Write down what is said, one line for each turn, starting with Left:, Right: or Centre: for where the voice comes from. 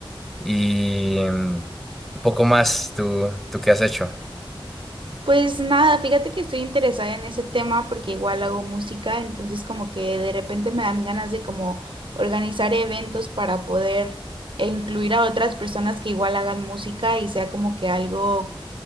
Centre: y mm, poco más, ¿tú, tú qué has hecho?
Right: Pues nada, fíjate que estoy interesada en ese tema porque igual hago música, entonces como que de repente me dan ganas de como organizar eventos para poder eh, incluir a otras personas que igual hagan música y sea como que algo